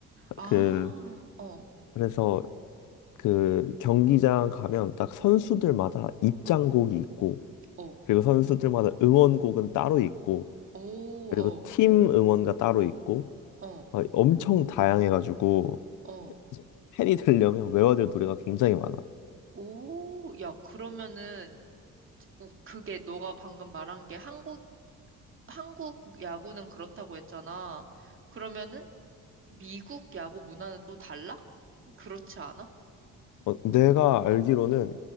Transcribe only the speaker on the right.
아,
어,
어,
오,
어,
어,
어,
오, 야, 그러면은, 우- 그게 너가 방금 말한 게 한국 한국 야구는 그렇다고 했잖아. 그러면은 미국 야구 문화는 또 달라? 그렇지 않아?